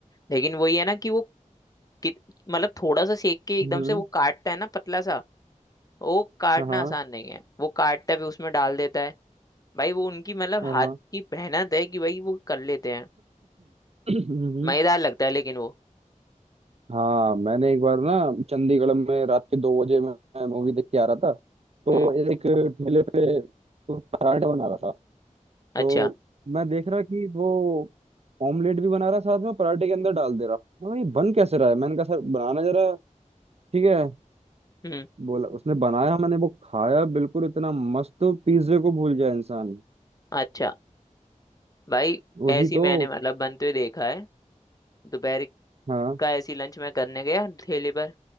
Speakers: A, on the left (about 25°); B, on the right (about 50°).
A: लेकिन वही है ना कि वो कित- मतलब थोड़ा सा सेक के एकदम
B: हम्म
A: से वो काटता है ना पतला सा वो काटना
B: हाँ हाँ
A: आसान नहीं है वो काटता है फिर उसमें डाल देता है भाई वो उनकी मतलब
B: हाँ
A: हाथ की मेहनत है कि भाई वो कर लेते हैं
B: हम्म,
A: मजेदार लगता है लेकिन वो
B: हाँ मैंने एक बार ना चंडीगढ़ में रात के दो बजे मैं मूवी देख के आ रहा था तो
A: हम्म
B: एक ठेले पे वो पराठे बना रहा था
A: अच्छा
B: तो मैं देख रहा कि वो ऑमलेट भी बना रहा साथ में पराठे के अंदर डाल दे रहा मैं ये बन कैसे रहा है मैंने कहा सर बनाना जरा ठीक है
A: हम्म
B: बोला उसने बनाया मैंने वो खाया बिल्कुल इतना मस्त पिज्जे को भूल जाए इंसान
A: अच्छा भाई
B: वही
A: ऐसी
B: तो
A: मैंने मतलब बनते हुए देखा है दोपहर
B: हाँ
A: का ऐसी लंच मैं करने गया ठेले पर